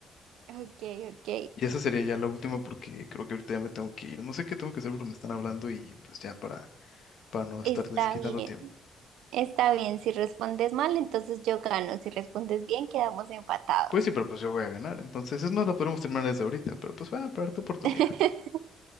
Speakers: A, on the right; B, on the left.
A: Ok, ok.
B: Y esa sería ya la última, porque creo que ahorita ya me tengo que ir. No sé qué tengo que hacer porque me están hablando y pues ya para, para no estarles
A: Está
B: quitando
A: bien,
B: tiempo.
A: está bien. Si respondes mal, entonces yo gano. Si respondes bien, quedamos empatados.
B: Pues sí, pero pues yo voy a ganar. Entonces, es más, la podemos terminar desde ahorita, pero pues voy a tu oportunidad.
A: <laughs>